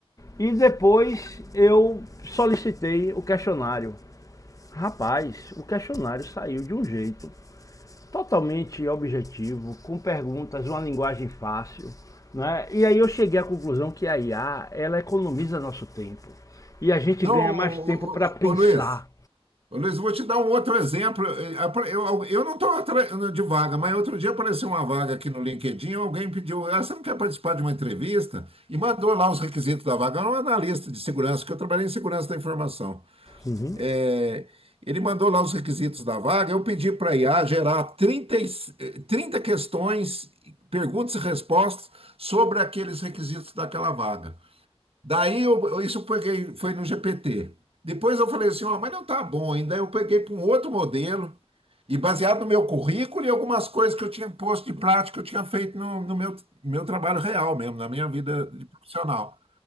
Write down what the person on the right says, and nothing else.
Não,
ô,
ô, ô, ô, Luiz? Ô, Luiz, vou te dar um outro exemplo. Eu, eu não estou de vaga, mas outro dia apareceu uma vaga aqui no LinkedIn. Alguém pediu, ah, você não quer participar de uma entrevista? E mandou lá os requisitos da vaga. Era um analista de segurança, que eu trabalhei em segurança da informação.
Eh, Ele mandou lá os requisitos da vaga. Eu pedi para a IA gerar trinta e- 30 questões, perguntas e respostas sobre aqueles requisitos daquela vaga. Daí eu, eu- isso eu peguei, foi no GPT. Depois eu falei assim, ó, mas não tá bom ainda. Eu peguei para um outro modelo e baseado no meu currículo e algumas coisas que eu tinha posto de prática, que eu tinha feito no, no meu, meu trabalho real mesmo, na minha vida de profissional.